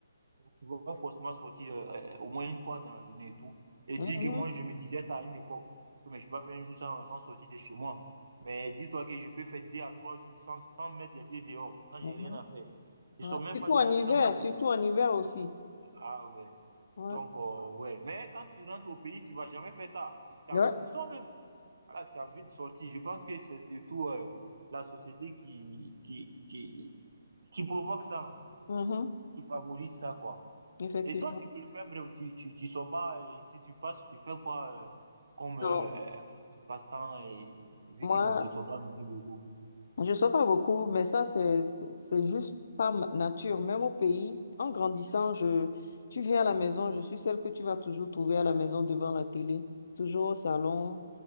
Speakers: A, on the right; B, on the left.
A: tu vas forcément sortir euh, euh, au moins une fois dans la journée et tout. Et
B: Mhm,
A: dis que moi, je me disais ça à une époque, que mais je ne peux pas faire un jour sans, sans sortir de chez moi. Mais dis-toi que je peux faire deux à trois jours sans, sans mettre les pieds dehors, quand j'ai
B: mhm,
A: rien à faire. Je
B: ouais.
A: sors même
B: Surtout
A: pas de
B: en
A: ma
B: hiver,
A: chambre, en fait.
B: surtout en hiver aussi.
A: Ah ouais.
B: Ouais,
A: Donc, euh, ouais. Mais quand tu rentres au pays, tu vas jamais faire ça. Tu, t'en-
B: ouais.
A: tu sors même. Voilà, tu as envie de sortir. Je pense que c'est surtout euh, la société qui, qui, qui, qui provoque ça, hein,
B: mhm,
A: qui favorise ça, quoi.
B: effectivement.
A: Et toi, tu peux le faire, frère, tu, tu, tu sors pas, et si tu passes, tu fais quoi euh, comme euh,
B: Non,
A: passe-temps, et vu
B: moi,
A: que bon, tu sors pas de plus beaucoup.
B: Je sais pas beaucoup, mais ça, c'est, c'est c'est juste pas ma nature. Même au pays, en grandissant, je, tu viens à la maison, je suis celle que tu vas toujours trouver à la maison devant la télé, toujours au salon,